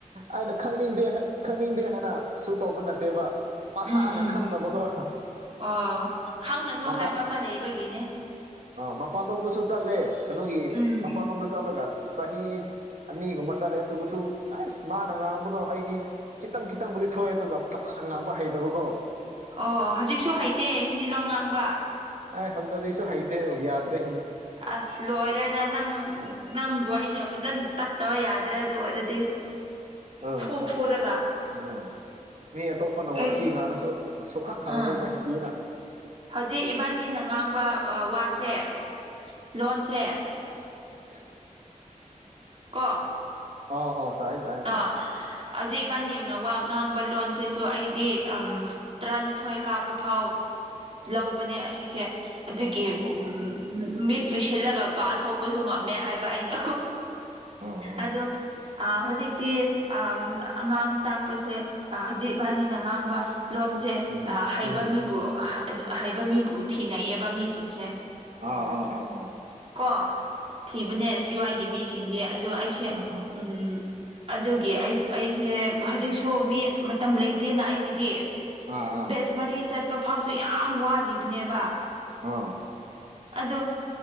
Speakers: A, on the right; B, on the right.
A: ꯑꯩꯅ ꯈꯪꯅꯤꯡꯗꯦ ꯈꯪꯅꯤꯡꯗꯦ ꯍꯥꯏꯅ ꯁ ꯇꯧꯕ ꯅꯠꯇꯦꯕ ꯃꯁꯥꯅ
B: ꯎꯝ ꯎꯝ
A: ꯈꯪꯗꯕꯀꯣ
B: ꯑꯣ ꯈꯪꯂꯅꯨ
A: ꯃꯄꯥ
B: ꯍꯥꯏꯕ ꯑꯃ ꯂꯩꯕꯒꯤꯅꯦ
A: ꯑꯥ ꯃꯄꯥꯟ ꯂꯣꯝꯗꯁꯨ ꯆꯠꯂꯦ ꯀꯩꯅꯣꯒꯤ
B: ꯎꯝ
A: ꯃꯄꯥꯟꯂꯣꯝꯗ ꯆꯠꯂꯒ ꯆꯍꯤ ꯑꯅꯤꯒꯨꯝꯕ ꯆꯠꯂꯦ ꯑꯗꯨꯁꯨ ꯑꯁ ꯃꯥꯅ ꯉꯥꯡꯕꯗꯣ ꯑꯩꯗꯤ ꯈꯤꯇꯪ ꯈꯤꯇꯪꯕꯨꯗꯤ ꯊꯣꯛꯑꯦ ꯑꯗꯨꯒ ꯐꯖ ꯑ ꯉꯥꯡꯕ ꯍꯩꯇꯕꯀꯣ
B: ꯑꯣ ꯍꯧꯖꯤꯛꯁꯨ ꯍꯩꯇꯦ ꯍꯤꯟꯗꯤ ꯂꯣꯟ ꯉꯥꯡꯕ
A: ꯑ ꯑꯗꯨ ꯍꯧꯖꯤꯛꯁꯨ ꯍꯩꯇꯦ ꯌꯥꯗ꯭ꯔꯤ
B: ꯑꯁ ꯂꯣꯏꯔꯦꯗ ꯅꯪ
A: ꯑꯥ
B: ꯅꯪꯕꯨ ꯑꯩꯅ ꯐꯖꯅ ꯇꯛꯇꯕ ꯌꯥꯗ꯭ꯔꯦ ꯑꯗꯨ ꯑꯣꯏꯔꯦ ꯗꯤ
A: ꯑꯥ
B: ꯐꯨ ꯐꯨꯔꯒ
A: <inaudible> ꯃꯤ ꯑꯇꯣꯞꯄꯅ ꯋꯥ
B: ꯑꯩ
A: ꯁꯤ ꯉꯥꯅꯁꯨ ꯁꯣꯛꯈꯥꯡ ꯈꯪꯈ꯭ꯔꯦꯕ
B: ꯑꯥ
A: ꯍꯤꯟꯗꯤꯅ
B: ꯍꯧꯖꯤꯛ ꯏꯕꯥꯅꯤꯅ ꯉꯥꯡꯕ ꯋꯥꯁꯦ ꯂꯣꯟꯁꯦ
A: ꯎꯝ
B: ꯀꯣ
A: ꯑꯥꯎ ꯑꯣꯥꯎ ꯇꯥꯏ ꯇꯥꯏ
B: ꯑꯥ ꯍꯧꯖꯤꯛ ꯏꯕꯥꯅꯤꯅ ꯋꯥ ꯉꯥꯡꯕ ꯂꯣꯟꯁꯤꯁꯨ ꯑꯩꯗꯤ ꯑꯝ ꯇꯔꯥꯅꯤꯊꯣꯏ ꯀꯥꯕ ꯐꯥꯎ ꯂꯧꯕꯅꯦ ꯑꯁꯤꯁꯦ ꯑꯗꯨꯒꯤ
A: ꯑꯧ
B: ꯎꯝ
A: ꯑꯧ ꯑꯧ
B: ꯃꯤꯠ ꯂꯨꯁꯤꯜꯂꯒ ꯄꯥꯊꯣꯛꯄꯁꯨ ꯉꯝꯃꯦ ꯍꯥꯏꯕ ꯑꯩꯅ
A: ꯑꯥ ꯑꯥ ꯑꯥ
B: ꯑꯗꯣ ꯍꯧꯖꯤꯛ ꯑ ꯑꯉꯥꯡ ꯇꯥꯛꯄꯁꯦꯖꯤ ꯏꯕꯥꯅꯤꯅ ꯉꯥꯡꯕ ꯂꯣꯟꯁꯦ
A: ꯎꯝ
B: ꯍꯩꯕ
A: ꯎꯝ
B: ꯃꯤꯕꯨ ꯍꯩꯕ ꯃꯤꯕꯨ ꯊꯤꯅꯩꯌꯦꯕ ꯃꯤꯁꯤꯡꯁꯦ
A: ꯑꯣ ꯑꯣ ꯑꯣ
B: ꯀꯣ ꯊꯤꯕꯅꯦ ꯁꯤꯋꯥꯏꯒꯤ ꯃꯤꯁꯤꯡꯗꯤ ꯑꯗꯣ ꯑꯩꯁꯦ
A: ꯎꯝ ꯑꯥ
B: ꯎꯝ ꯑꯗꯨꯒꯤ ꯑꯩ ꯑꯩꯁꯦ ꯍꯧꯖꯤꯛꯁꯨ ꯃꯤ ꯃꯇꯝ ꯂꯩꯇꯦꯅ ꯑꯩꯒꯤꯗꯤ
A: ꯑꯥ ꯑꯥ ꯑꯥ
B: ꯕꯦꯁꯃꯔꯤ ꯆꯠꯄ ꯐꯥꯎꯁꯨ ꯌꯥꯝ ꯋꯥꯔꯤꯕꯅꯦꯕ
A: ꯑꯥ
B: ꯑꯗꯣ